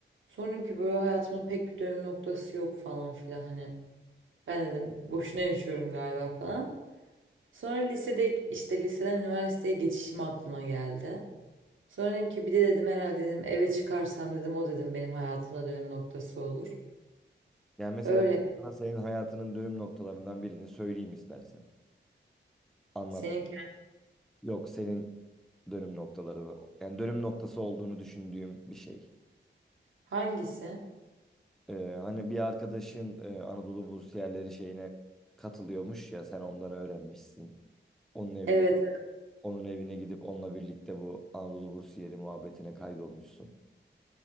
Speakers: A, on the right (about 75°); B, in the centre.
A: Sonra dedim ki böyle hayatımda pek bir dönüm noktası yok falan filan hani. Ben dedim boşuna yaşıyorum galiba falan. Sonra lisede işte liseden üniversiteye geçişim aklıma geldi. Sonra dedim ki bir de dedim herhalde dedim eve çıkarsam dedim o dedim benim hayatımda dönüm noktası olur.
B: Yani mesela
A: Öyle.
B: sana senin hayatının dönüm noktalarından birini söyleyeyim istersen. Anlat.
A: Senin
B: Yok senin dönüm noktaları yani dönüm noktası olduğunu düşündüğüm bir şey.
A: hangisi?
B: Ee, hani bir arkadaşın e, Anadolu Bursiyerleri şeyine katılıyormuş ya sen ondan öğrenmişsin. Onun evine
A: Evet.
B: Onun evine gidip onunla birlikte bu Anadolu Bursiyeri muhabbetine kaydolmuşsun.